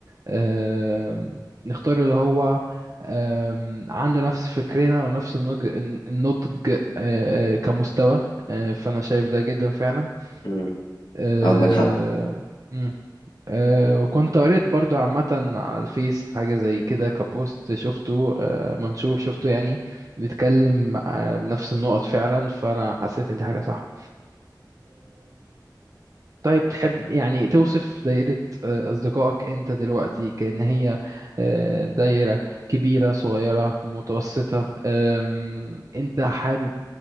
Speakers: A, on the right (about 45°); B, on the left (about 75°).
A: آم، نختار اللي هو آم، عنده نفس فكرنا ونفس النضج النضج آه، آه، كمستوى آه، فأنا شايف ده جدا فعلا
B: امم
A: آه،
B: عندك حق
A: مم. آه، وكنت قريت برضو عامة على الفيس حاجة زي كده كبوست شفته آه، منشور شفته يعني بيتكلم آه، بنفس النقط فعلا فأنا حسيت إن دي حاجة صح طيب تحب يعني توصف دايرة آه، أصدقائك أنت دلوقتي كأن هي آه، دايرة كبيرة صغيرة متوسطة آم، أنت حابب